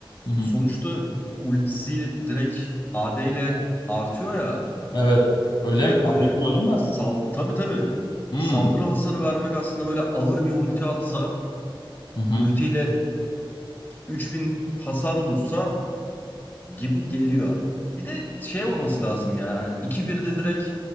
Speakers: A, on the left; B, on the left.
A: Hı hı.
B: sonuçta ultisi direkt AD ile artıyor ya.
A: Evet öyle
B: Direkt
A: mi tam
B: böyle
A: bilmiyordum da.
B: sal tabii tabii
A: Hmm.
B: saldırı hasarı vermek aslında böyle ağır bir ulti atsa
A: Hı hı.
B: ultiyle 3000 hasar vursa gibi geliyor. Bir de şey olması lazım ya. 2-1'de direkt